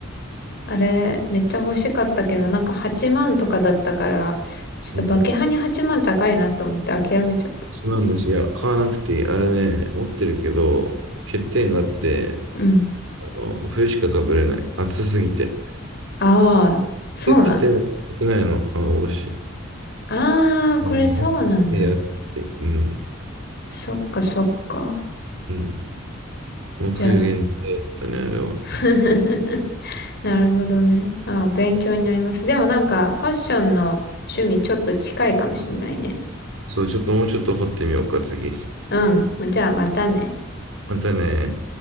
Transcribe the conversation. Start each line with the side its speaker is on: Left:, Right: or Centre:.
Left: あれ、めっちゃ欲しかったけど、なんか8万とかだったから、ちょっとバケハに8万高いなと思って諦めちゃった。
Right: う。うん。そうなんです。いや、買わなくていい。あれね、持ってるけど、欠点があって、
Left: うん。
Right: あの、冬しかかぶれない。暑すぎて。
Left: ああ、そうなんだ。
Right: 空気性は少ないの。あの、帽子。
Left: ああ、これそうなんだ。
Right: あの暑い、暑い。うん。
Left: そっかそっか。
Right: うん。もう冬限定だったね、
Left: じゃあ。
Right: あれは。
Left: <laughs> なるほどね。ああ、勉強になります。でもなんか、ファッションの趣味ちょっと近いかもしんないね。
Right: そう、ちょっともうちょっと掘ってみようか、次。
Left: うん。じゃあまたね。
Right: またね。